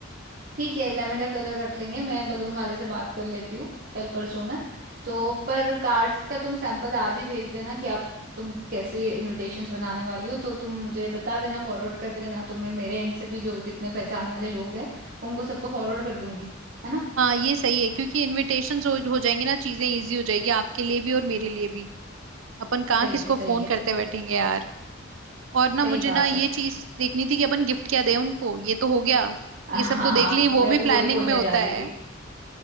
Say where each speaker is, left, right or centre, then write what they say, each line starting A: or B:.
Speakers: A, on the right; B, on the right.
A: ठीक है लेवेंडर कलर रख लेंगे मैं बलून वाले से बात कर लेती हूँ कल परसों में तो पर कार्ड्स का तुम सैंपल आज ही भेज देना कि आप तुम कैसे इनविटेशंस बनाने वाली हो तो तुम मुझे बता देना फॉरवर्ड कर देना तो मैं मेरे एंड से भी जो जितने पहचान वाले लोग हैं उनको सबको फॉरवर्ड कर दूंगी है ना
B: हाँ ये सही है क्योंकि इनविटेशंस हो, हो जाएंगे ना चीजें इजी हो जाएगी आपके लिए भी और मेरे लिए भी अपन कहाँ
A: सही
B: किसको
A: है सही
B: फोन
A: है
B: करते बैठेंगे यार और ना
A: सही
B: मुझे
A: बात
B: ना ये
A: है
B: चीज देखनी थी कि अपन गिफ्ट क्या दें उनको ये तो हो गया
A: <laughs> हाँ
B: ये सब तो देख
A: हाँ
B: ली वो
A: मैं
B: भी
A: अभी
B: प्लानिंग
A: वही बोलने
B: में होता
A: जा रही
B: है
A: थी